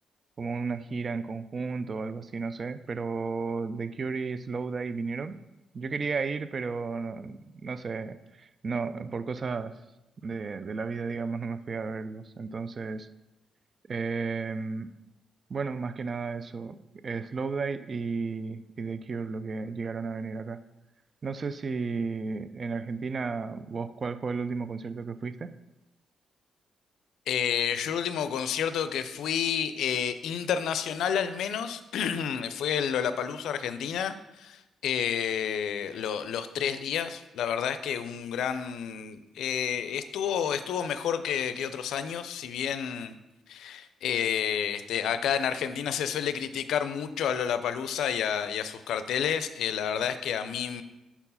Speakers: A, on the right; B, on the left.
A: como una gira en conjunto o algo así, no sé, pero The Cure y Slowdive vinieron. Yo quería ir, pero no, no sé, no, por cosas de, de la vida, digamos, no me fui a verlos, entonces... Em, bueno, más que nada eso, eh, Slowdive y, y The Cure lo que llegaron a venir acá. No sé si en Argentina, vos, ¿cuál fue el último concierto que fuiste?
B: Eh, yo el último concierto que fui eh, internacional al menos <clears throat> fue el Lollapalooza Argentina. eh, lo- los tres días, la verdad es que un gran eh, estuvo estuvo mejor que, que otros años, si bien eh, este, acá en Argentina se suele criticar mucho a Lollapalooza y a, y a sus carteles, eh, la verdad es que a mí